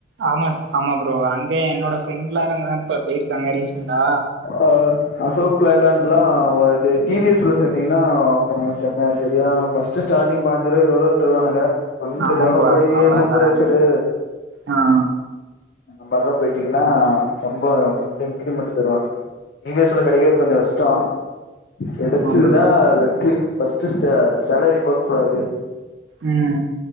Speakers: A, on the right; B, on the left.
A: ஆமா ஆமா ப்ரோ அங்க என்னோட ஃப்ரெண்ட் எல்லாரு அங்கதா இப்ப போயிருக்காங்க ரீசன்டா
B: ஆ அசோக் லைலாண்ட்லா இது டி வி எஸ் ல சேந்தீங்கன்னா ப்ரமோஷன் <unintelligible> சரியான ஃபர்ஸ்ட் ஸ்டாடிங் பாஞ்சிருவா இருவதுருவா தருவானுங்க கொஞ்ச
A: ஆமா
B: டெவலப்
A: ப்ரோ அப்
B: ஆயி
A: அவ்ளதா
B: சூப்பர்வைசரு
A: தராங்க ஆ
B: அந்த மாரிலா போயிட்டீங்கன்னா சம்பளோ ஃபுல் இன்கிரீமெண்ட் தருவாங்க டி வி எஸ் ல கெடைக்கறது கொஞ்சோ கஷ்டோ கெடச்சதுடா
A: ஆமா ப்ரோ
B: லக்கு ஃபஸ்ட் சாலரி பாக் கூடாது
A: உம்